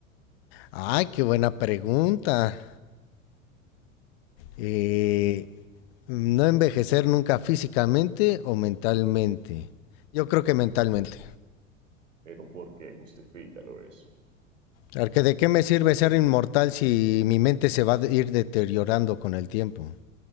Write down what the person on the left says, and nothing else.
Ay, qué buena pregunta. Eh, No envejecer nunca físicamente o mentalmente. Yo creo que mentalmente.
Porque de qué me sirve ser inmortal si mi mente se va a ir deteriorando con el tiempo.